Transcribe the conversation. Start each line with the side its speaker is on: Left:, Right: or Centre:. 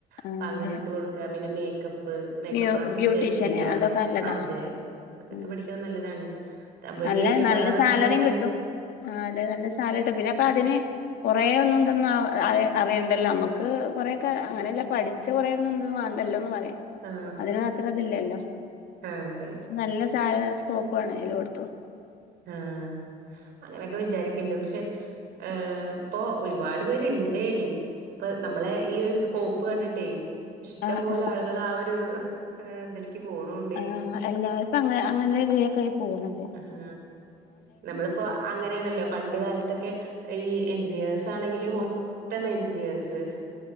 Left: ആ
Right: അപ്പൊ അങ്ങനെ
Left: അതെ
Right: ഇട്ട് കൊടുക്ക പിന്നെ മേക്കപ്പ്. മേക്കപ്പ്
Left: ബ്യൂ
Right: ആർട്ടിസ്റ്റ്
Left: ബ്യൂട്ടീഷ്യന്
Right: ആയിട്ട് ചെയ്യ
Left: അതൊക്കെ നല്ലതാ
Right: അതെ അതൊക്കെ
Left: ഉം
Right: പഠിക്കണ നല്ലതാണ്. ഒരു
Left: നല്ല
Right: ബ്യൂട്ടി
Left: നല്ല
Right: പാർലറൊക്കെ
Left: സാലറിയും
Right: ഇട്ട് കഴിഞ്ഞാലും
Left: കിട്ടും ആ അതെ നല്ല സാലറി കിട്ടും പിന്നെ അപ്പ അതിന്. കുറെേ ഒന്നും എന്തൊന്നും അ അറിയണ്ടല്ലോ നമ്മുക്ക് കൊറെേക്കെ അങ്ങനെയല്ല പഠി പച്ചറേ എ വേണ്ടല്ലോന്ന് പറയാം.
Right: ആ
Left: അതിന് മാത്രം അതില്ലല്ലോ
Right: അതെ
Left: നല്ല സാല നല്ല സ്കോപ്പ്ണ് എല്ലോട്ത്തും.
Right: ആഹ അങ്ങനെയൊക്കെ വിചാരിക്കണ്ട് പക്ഷെ. ഏ ഇപ്പൊ ഒരുപാട് പേരുണ്ടേനി. ഇപ്പ നമ്മളെ ഈ ഒരു സ്കോപ്പ് കണ്ടിട്ടേ. ഇഷ്ടം
Left: ആ
Right: പോലെ
Left: ആ
Right: ആളുകൾ ആ ഒരു ഇതിൽക്ക് പോണ ണ്ട്.
Left: ആ എല്ലാവർപ്പും അ അങ്ങന രീതിൊക്കെ പോകണല്ലേ.
Right: ആഹ് നമ്മളിപ്പോ അങ്ങനെയാണല്ലോ പണ്ട് കാലത്തൊക്കെ ഈ എഞ്ചിനീയേർസ് ആണെങ്കില് മ. ഉത്തമ എഞ്ചിനീയർസ്.